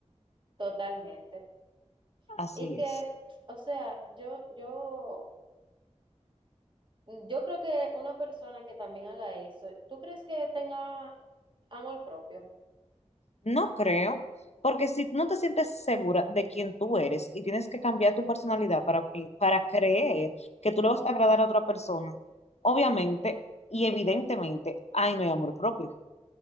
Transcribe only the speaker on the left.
Así
es.
No creo, porque si no te sientes segura de quién tú eres y tienes que cambiar tu personalidad para, que- para creer que tú le vas a agradar a otra persona, obviamente y evidentemente, ahí no hay amor propio.